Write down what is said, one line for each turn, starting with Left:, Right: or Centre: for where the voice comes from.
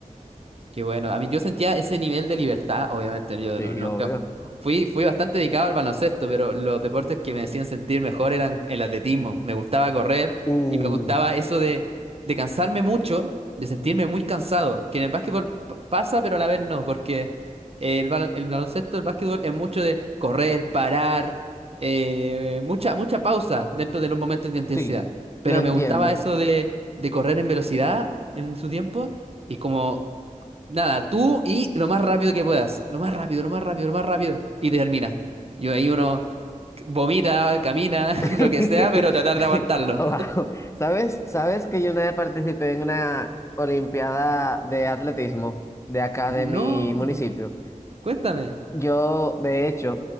Right: Qué bueno. A mí yo sentía ese nivel de libertad, obviamente. ¿no? Yo
Left: Sí,
Right: no- nunca
Left: obvio.
Right: fu- fui, fui bastante dedicado al baloncesto, pero los deportes que me hacían sentir mejor eran el atletismo. Me gustaba correr
Left: Uh,
Right: y me gustaba eso de, de cansarme mucho, de sentirme muy cansado, que en el básquetbol p- pasa, pero a la vez no, porque el, bal- el baloncesto, el básquetbol es mucho de correr, parar, eh, mucha, mucha pausa dentro de los momentos de intensidad.
Left: sí, lo
Right: Pero
Left: entiendo.
Right: me gustaba eso de, de correr en velocidad en su tiempo. Y como Nada, tú y lo más rápido que puedas. Lo más rápido, lo más rápido, lo más rápido. Y termina. Y ahí uno vomita, camina, <laughs>
Left: <laughs>
Right: lo que sea, pero tratar de aguantarlo.
Left: Wow. ¿Sabes? ¿Sabes que yo una vez participé en una olimpiada de atletismo de acá de
Right: No,
Left: mi municipio?
Right: cuéntame.
Left: Yo, de hecho,